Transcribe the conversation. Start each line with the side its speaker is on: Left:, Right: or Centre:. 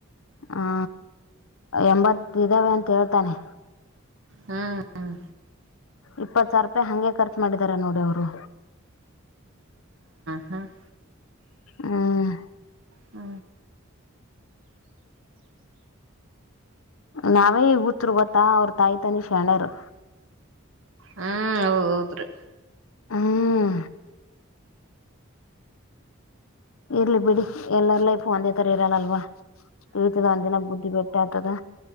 Left: ಹಾ ಎಂಬತ್ ಇದಾವೆ ಅಂತ ಹೇಳ್ತಾನೆ
Right: ಹ್ಮ್ ಹ್ಮ್
Left: ಇಪ್ಪತ್ ಸಾವಿರ ರೂಪಾಯಿ ಹಗೆ ಖರ್ಚು ಮಾಡಿದಾರ ನೋಡಿ ಅವರು
Right: ಹ್ಮ್ ಹ್ಮ್
Left: ಹ್ಮ್
Right: ಹ್ಮ
Left: ನಾವೇ ಊತ್ರು ಗೊತ್ತಾ ಅವ್ರ ತಾಯಿ ತನಿ ಶಣರು
Right: ಹ್ಮ್ ಹೌದ್ರಿ
Left: ಹ್ಮ ಇರ್ಲಿ ಬಿಡಿ ಎಲ್ಲರ್ ಲೈಫ ಒಂದೇ ತರ ಇರಲ್ಲಲ್ವ ಕೀತದ ಒಂದಿನ ಬುದ್ದಿ ಬಿಟ್ಟ ಎತದ